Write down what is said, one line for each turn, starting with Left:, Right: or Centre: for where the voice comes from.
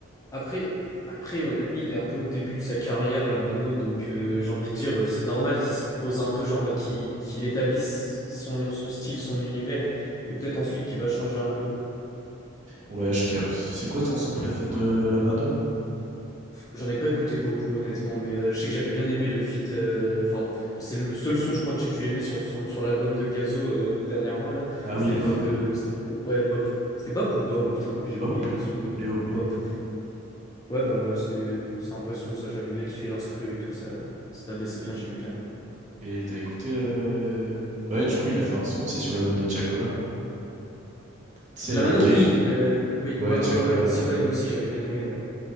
Left: Après, après euh, lui, il est un peu au début de sa carrière, là, Mano, donc euh, j'ai envie de dire, euh, c'est normal qu'il se pose un peu, genre en mode qu'il qu'il établisse son, son style, son univers, et peut-être ensuite qu'il va changer un peu.
Right: Ouais, je capte. C'est quoi ton son préféré de la mano?
Left: J'en ai pas écouté beaucoup, honnêtement, mais euh, je sais que j'avais bien aimé le feat. euh, Enfin, c'est le seul son, je crois, que j'ai dû aimer sur, son, sur l'album de Gazo euh, dernièrement, là.
Right: Ah oui,
Left: C'était
Right: pop,
Left: le, fi- le c'était, ouais, Bop. C'était Bop ou Bao? Putain, mais j'ai
Right: pop,
Left: oublié le, son- le nom.
Right: pop.
Left: Bop. Ouais, bah voilà, c'était, c'est un vrai son, ça, j'avais bien kiffé l'instru et tout, ça, ça abaissait bien, j'aimais bien.
Right: Et t'as écouté. euh, Bah, ouais, du coup, il a fait un son aussi sur l'album de Tiakola. Tu sais,
Left: La
Right: euh,
Left: Mano,
Right: Gang.
Left: oui, euh, oui,
Right: Ouais,
Left: ouais, ouais,
Right: Tiakola,
Left: ouais, ouais, aussi,
Right: La Mano.
Left: ouais, lui aussi, j'avais bien aimé, ouais.